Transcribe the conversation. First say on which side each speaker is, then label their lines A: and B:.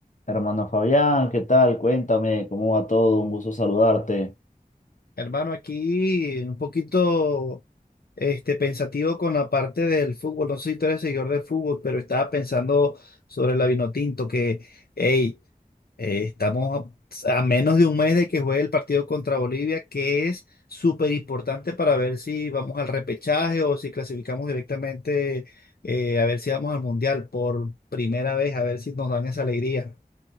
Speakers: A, on the left; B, on the left.
A: Hermano Fabián, ¿qué tal? Cuéntame, ¿cómo va todo? Un gusto saludarte.
B: Hermano, aquí un poquito este, pensativo con la parte del fútbol. No sé si tú eres seguidor del fútbol, pero estaba pensando sobre la Vinotinto, que hey, eh, estamos a, a menos de un mes de que juegue el partido contra Bolivia, que es súper importante para ver si vamos al repechaje o si clasificamos directamente, eh, a ver si vamos al Mundial por primera vez, a ver si nos dan esa alegría.